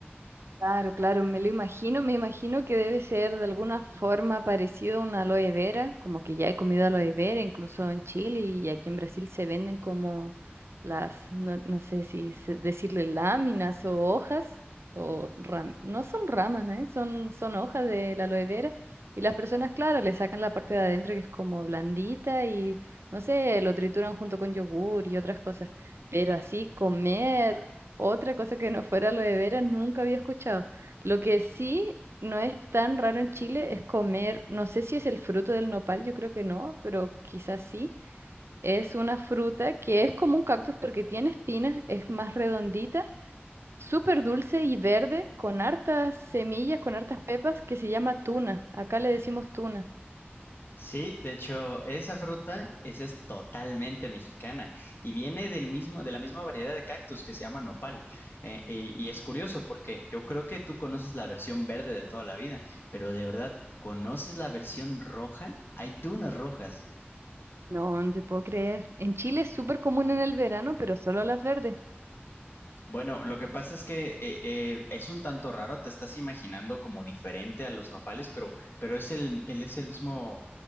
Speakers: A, on the right; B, on the left.
A: Claro, claro, me lo imagino, me imagino que debe ser de alguna forma parecido a una aloe vera, como que ya he comido aloe vera, incluso en Chile y aquí en Brasil se venden como las, no, no sé si se- decirle láminas o hojas, o ram- no son ramas, ¿eh? Son, son hojas de la aloe vera y las personas, claro, le sacan la parte de adentro que es como blandita y, no sé, lo trituran junto con yogur y otras cosas, pero así comer otra cosa que no fuera aloe vera nunca había escuchado. Lo que sí no es tan raro en Chile es comer, no sé si es el fruto del nopal, yo creo que no, pero quizás sí. Es una fruta que es como un cactus porque tiene espinas, es más redondita, súper dulce y verde, con hartas semillas, con hartas pepas, que se llama tuna. Acá le decimos tuna.
B: Sí, de hecho, esa fruta, esa es totalmente mexicana y viene del mismo, de la misma variedad de cactus que se llama nopal. Eh, eh, y es curioso porque yo creo que tú conoces la versión verde de toda la vida, pero de verdad, ¿conoces la versión roja? Hay tunas rojas.
A: No, no te puedo creer. En Chile es súper común en el verano, pero solo las verdes.
B: Bueno, lo que pasa es que eh, eh, es un tanto raro, te estás imaginando como diferente a los nopales, pero, pero es el, él es el mismo,